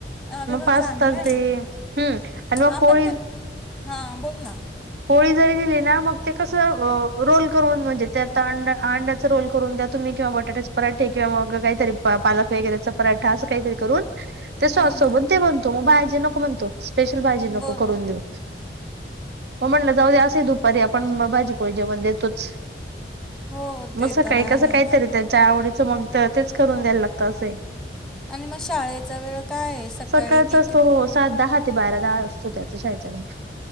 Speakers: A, in the centre; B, on the right.
A: अरे
B: मग
A: वा
B: पास्ता
A: चांगलं आहे
B: दे
A: ना
B: हम्म आणि मग
A: हा
B: पोळी
A: पण ते हां बोल ना
B: पोळी जरी दिली ना मग ते कस रोल करून म्हणजे त्या अं अंड्याचा रोल करून त्या तुम्ही किंवा बटाट्याचे पराठे किंवा काहीतरी पालक वगैरेचा पराठा असं काहीरी करून ते सॉस
A: हम्म
B: सोबण
A: हम्म
B: ते म्हणतो मग भाजी नको म्हणतो. स्पेशल भाजी नको
A: बरोबर
B: करून देऊ. मग म्हणलं जाऊ असे दुपारी आपण भाजीपोळी जेवण देतोच.
A: हो ते
B: मग सकाळी
A: तर आहेच
B: कसं काहीतरी त्याच्या आवडीत मग तेच करून द्यायला लागतं असय.
A: आणि मग शाळेचा वेळ काय आहे सकाळी
B: सकाळच
A: किती?
B: असतो हो सात दहा ते बारा. दहा असतो त्याचा शाळेचा वेळ.